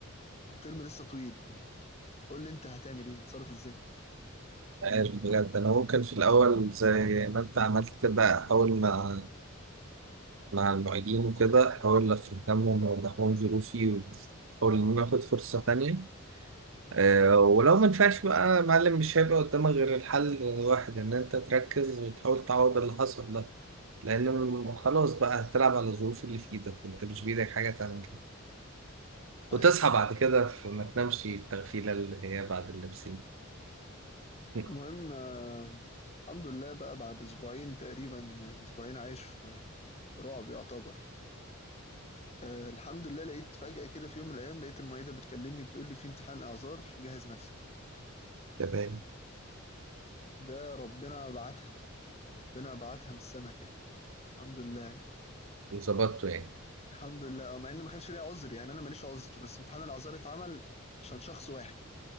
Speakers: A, on the left; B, on the right.
A: والترم لسه طويل يعني قول لي انت هتعمل ايه هتصرف ازاي
B: عارف بجد انا ممكن في الاول زي ما انت عملت كده احاول مع مع المعيدين وكده احاول افهمهم واوضح لهم ظروفي واحاول ان انا اخد فرصة تانية آه، ولو ما ينفعش بقى يا معلم مش هيبقى قدامك غير الحل الواحد ان انت تركز وتحاول تعوض اللي حصل ده لان م- خلاص بقى هتلعب على الظروف اللي في ايدك انت مش بايدك حاجه تعمل كده
A: ايوه
B: وتصحى بعد كده فما تنامش التغفيله اللي هي بعد اللبسين <laughs>
A: المهم آه، الحمد لله بقى بعد اسبوعين تقريبا آه، اسبوعين عايش في رعب يعتبر آه، الحمد لله لقيت فجأة كده في يوم من الايام لقيت المعيدة بتكلمني بتقول لي في امتحان اعذار جهز نفسك
B: تمام
A: ده ربنا بعتها يعني ربنا بعتها من السما كده الحمد لله
B: وظبطته يعني
A: الحمد لله آه، مع ان ما كانش ليا عذر يعني انا ماليش عذر بس امتحان الاعذار اتعمل عشان شخص واحد